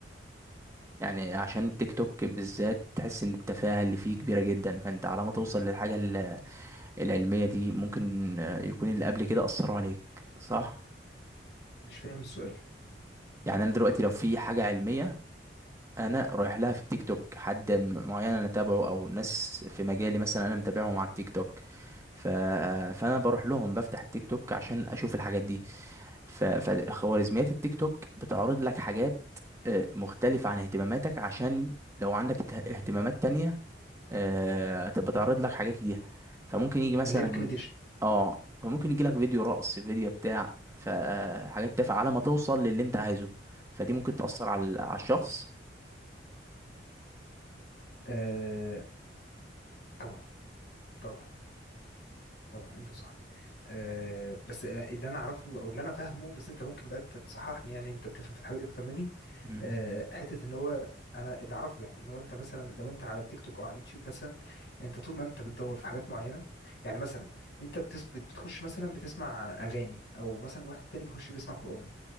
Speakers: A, on the right; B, on the left.
A: يعني عشان التيك توك بالذات تحس ان التفاهه اللي فيه كبيره جدا فانت على ما توصل للحاجه ال- العلميه دي ممكن آه، يكون اللي قبل كده اثروا عليك صح
B: فاهم السؤال
A: يعني انا دلوقتي لو في حاجه علميه انا رايح لها في التيك توك حد م- معين انا تابعه او ناس في مجالي مثلا انا متابعهم على التيك توك ف... فانا بروح لهم بفتح التيك توك عشان اشوف الحاجات دي ف... فخوارزميات التيك توك بتعرض لك حاجات آه، مختلفة عن اهتماماتك عشان لو عندك ت- اهتمامات تانية آه، تبقى تعرض لك حاجات ليها فممكن يجي مثلا
B: اللي هي ريكومنديشن
A: اه فممكن يجي لك فيديو رقص فيديو بتاع فحاجات تافهة على ما توصل للي انت عايزه فدي ممكن تأثر على على الشخص
B: آه طبعا طبعا طبعا انت صح أه بس آه، اللي انا اعرفه او اللي انا فاهمه بس انت ممكن بقى انت تصححني يعني انت بتفهم في الحاجه دي اكتر مني
A: مم.
B: أه حته ان هو انا اللي اعرفه يعني ان هو انت مثلا لو انت على التيك توك او على اليوتيوب مثلا انت طول ما انت بتدور في حاجات معينه يعني مثلا انت بتثبت بتخش مثلا بتسمع اغاني او مثلا واحد تاني بيخش بيسمع قران